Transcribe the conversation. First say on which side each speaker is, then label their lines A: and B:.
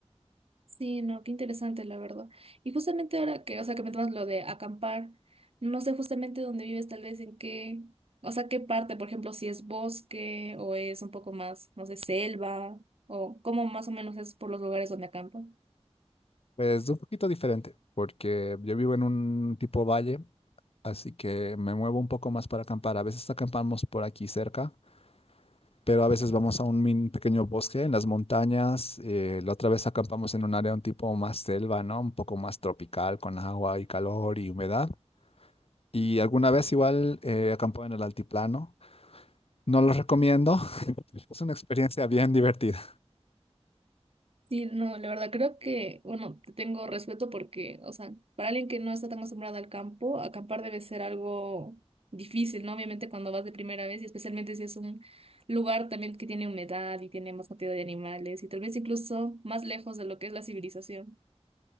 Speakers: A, on the right; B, on the left.
A: Sí, no, qué interesante, la verdad. Y justamente ahora que, o sea, que me tomas lo de acampar, no sé justamente dónde vives, tal vez en qué, o sea, qué parte, por ejemplo, si es bosque o es un poco más, no sé, selva, o cómo más o menos es por los lugares donde acampa.
B: Pues, Es un poquito diferente porque yo vivo en un tipo valle, así que me muevo un poco más para acampar. A veces acampamos por aquí cerca pero a veces vamos a un min- pequeño bosque en las montañas. eh, la otra vez acampamos en un área un tipo más selva, ¿no? Un poco más tropical, con agua y calor y humedad. Y alguna vez igual eh, acampó en el altiplano. No lo recomiendo. <laughs> Es una experiencia bien divertida.
A: Sí, no, la verdad creo que, bueno, te tengo respeto porque, o sea, para alguien que no está tan acostumbrada al campo, acampar debe ser algo difícil, ¿no? Obviamente cuando vas de primera vez y especialmente si es un lugar también que tiene humedad y tiene más cantidad de animales y tal vez incluso más lejos de lo que es la civilización.